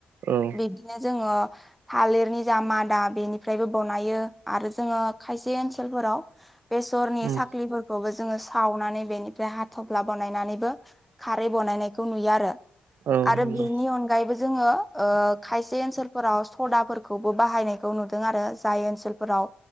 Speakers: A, on the right; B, in the centre.
A: औ।
B: बिदिनो जोङो थालिरनि जा मादा बेनिफ्रायबो बनायो आरो जोङो खायसे ओनसोलफोराव बेसरनि
A: उम
B: साख्लिफोरखौबो जोङो सावनानै बेनिफ्राय हाथफ्ला बानायनानैबो खारै बानायनायखौ नुयो आरो।
A: औ
B: आरो
A: नंगौ
B: बेनि अन बायबो जोङो ओ खायसे ओनसोलफोराव सदाफोरखौबो बाहायनायखौ नुदों आरो जाय ओनसोल फोराव